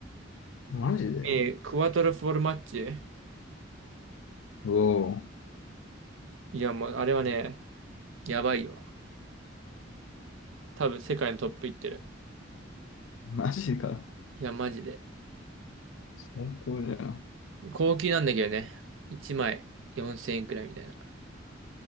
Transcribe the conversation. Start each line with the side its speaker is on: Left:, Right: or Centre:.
Left: マジで
Right: えークワトロフォルマッチ。
Left: おお、
Right: いや、もうあれはね、やばいよ。多分世界のトップいってる。
Left: マジか。
Right: いや、マジで。
Left: 最高じゃん。
Right: 高級なんだけどね。1枚4000円くらいみたいな。